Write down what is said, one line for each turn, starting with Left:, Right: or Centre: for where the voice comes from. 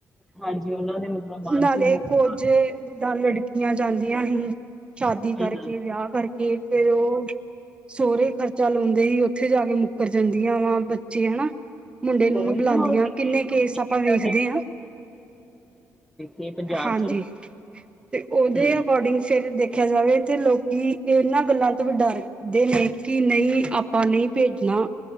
Centre: ਹਾਂਜੀ ਉਹਨਾਂ ਦੇ ਮਤਲਬ ਮਨ
Right: ਨਾਲੇ
Centre: ਚ ਉਹ ਹੂੰ
Right: ਕੋਜੇ ਜਿੱਦਾਂ ਲੜਕੀਆਂ ਜਾਂਦੀਆਂ ਸੀ, ਸ਼ਾਦੀ ਕਰਕੇ,
Centre: ਹੂੰ
Right: ਵਿਆਹ ਕਰਕੇ, ਫੇਰ ਉਹ ਸੋਹੁਰੇ ਖਰਚਾ ਲਾਉਂਦੇ ਹੀ, ਉੱਥੇ ਜਾ ਕੇ ਮੁੱਕਰ ਜਾਂਦੀਆਂ ਵਾ ਬੱਚੇ, ਹਨਾ। ਮੁੰਡੇ ਨੂੰ
Centre: ਉਹੀ
Right: ਨਹੀਂ ਬੁਲਾਉਂਦੀਆਂ,
Centre: ਨਾ ਹੋਰ
Right: ਕਿੰਨੇ
Centre: ਏਦਾਂ
Right: ਕੇਸ ਆਪਾਂ ਵੇਖਦੇ
Centre: ਦੇ
Right: ਹਾਂ।
Centre: ਏ ਪੰਜਾਬ
Right: ਹਾਂਜੀ
Centre: 'ਚ।
Right: ਤੇ ਓਦੇ
Centre: ਹੂੰ
Right: ਅਕੋਰਡਿੰਗ ਫੇਰ ਦੇਖਿਆ ਜਾਵੇ ਤੇ ਲੋਕੀ ਏਨਾਂ ਗੱਲਾਂ ਤੋਂ ਵੀ ਡਰ ਦੇ ਨੇ ਕਿ ਨਈਂ ਆਪਾਂ ਨਈਂ ਪੇਜਣਾ।